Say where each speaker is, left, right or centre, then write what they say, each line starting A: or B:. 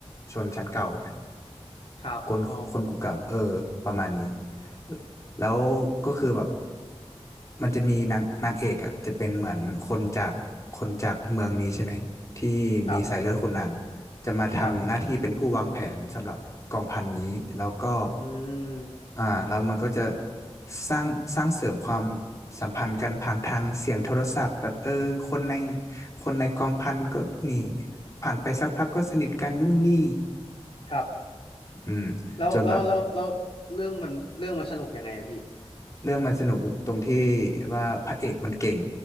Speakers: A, on the left; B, on the left.
A: ชนชั้นเก่าไป
B: ครับอ๋อ
A: คนคนกลุ่มเก่าเออประมาณนี้แล้วก็คือแบบมันจะมีนางนางเอกอ่ะจะเป็นเหมือนคนจากคนจากเมืองนี้ใช่ไหมที่มีสายเลือดขุนนาง
B: ครับ
A: จะมาทำหน้าที่เป็นผู้วางแผนสำหรับกองพันนี้แล้วก็
B: ครับอืม
A: อ่าแล้วมันก็จะสร้างสร้างเสริมความสัมพันธ์กันผ่านทางเสียงโทรศัพท์แบบเออคนในคนในกองพันก็นีผ่านไปสักพักก็สนิทกันนู่นนี่
B: ครับ
A: อืม
B: แล้วแล้วแล้วแล้วเรื่องมันเรื่องมันสนุกยังไงอะพี่
A: จนแบบเรื่องมันสนุกตรงที่ว่าพระเอกมันเก่ง